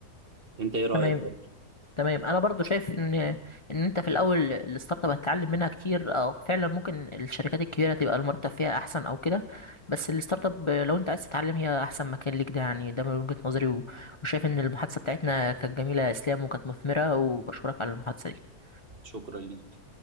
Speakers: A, on the right; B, on the left.
A: انت ايه رايك
B: تمام.
A: برضه
B: تمام انا برضو شايف ان ان انت في الاول الستارت اب هتتعلم منها كتير او فعلا ممكن الشركات الكبيره تبقى المرتب فيها احسن او كده بس الستارت اب لو انت عايز تتعلم هي احسن مكان ليك ده يعني ده من وجهه نظري و- وشايف ان المحادثه بتاعتنا كانت جميله يا اسلام وكانت مثمره وبشكرك على المحادثه دي
A: شكرا ليك